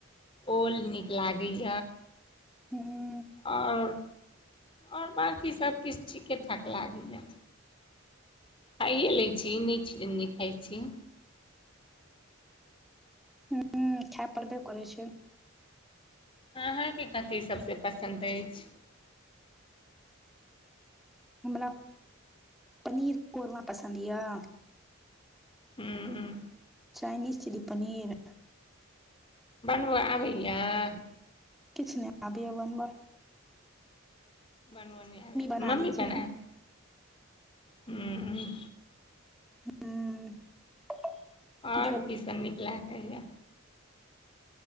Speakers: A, on the left; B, in the centre.
A: ओल नीक लागैय।
B: हुँ।
A: आओर आओर बाँकी सबकिछु ठीके ठाक लागैय। खाइए लै छी ई नै छै की नै खाइ छी।
B: हूँ खाय पड़बे करै छै।
A: अहाँके कथी सभसँ पसन्द अछि।
B: हमरा पनीर कोरमा पसन्द यऽ।
A: ह
B: चइनीज चिली पनीर।
A: बनबऽ आबैयऽ।
B: किछु नै आबैय बनबऽ।
A: बनब नइ आबैय
B: बना
A: मम्मी
B: दै छै
A: बनायत। ह
B: हूँ। <unintelligible>
A: और
B: गेल
A: की सब नीक लागैय।